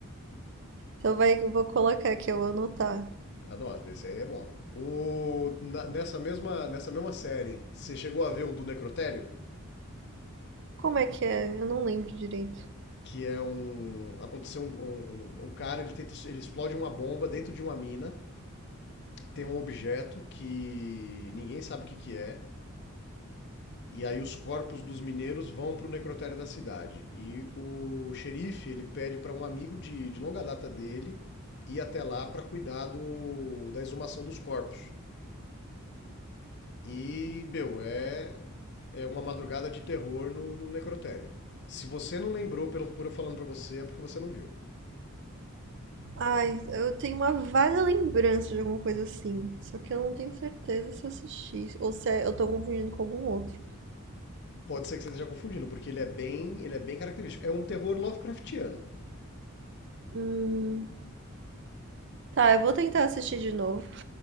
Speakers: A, on the right; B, on the left.
A: Então vai, eu vou colocar aqui, eu vou anotar.
B: Anota, esse aí é bom. O, na- nessa, mesma, nessa mesma série, você chegou a ver o do Necrotério?
A: Como é que é? Eu não lembro direito.
B: que é um aconteceu um, um, um um cara ele tenta ele explode uma bomba dentro de uma mina tem um objeto que ninguém sabe o que, que é e aí os corpos dos mineiros vão para o necrotério da cidade e o xerife ele pede para um amigo de, de longa data dele ir até lá para cuidar do, da exumação dos corpos e meu é é uma madrugada de terror no, no necrotério se você não lembrou pelo por eu falando para você é porque você não viu
A: Ai, eu tenho uma vaga lembrança de alguma coisa assim. Só que eu não tenho certeza se eu assisti. Ou se é- eu tô confundindo com algum outro.
B: Pode ser que você esteja confundindo, porque ele é bem, ele é bem característico. É um terror Lovecraftiano.
A: Hum. Tá, eu vou tentar assistir de novo.